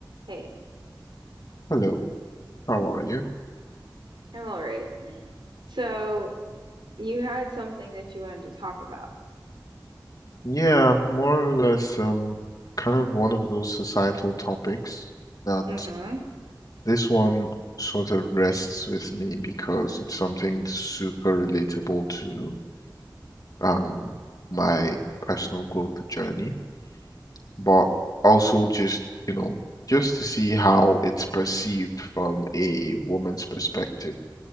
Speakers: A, on the right; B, on the left.
A: Hey,
B: Hello, how are you?
A: I'm all right. So you had something that you wanted to talk about.
B: Yeah, more or less, um, kind of one of those societal topics that
A: Mm-hmm.
B: this one sort of rests with me because it's something super relatable to um my personal growth journey, but also just, you know, just to see how it's perceived from a woman's perspective.